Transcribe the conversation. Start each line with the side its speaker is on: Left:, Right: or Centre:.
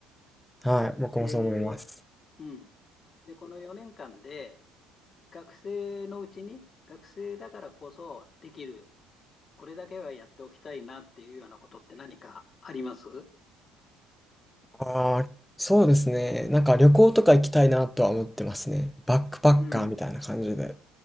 Centre: はい、僕もそう思います。
Left: で、うん。で、この4年間で、学生のうちに、学生だからこそできる、これだけはやっておきたいなっていうようなことって何かあります
Centre: ああ、そうですね。なんか旅行とか行きたいなとは思ってますね。バックパッカーみたいな感じで。
Left: うん。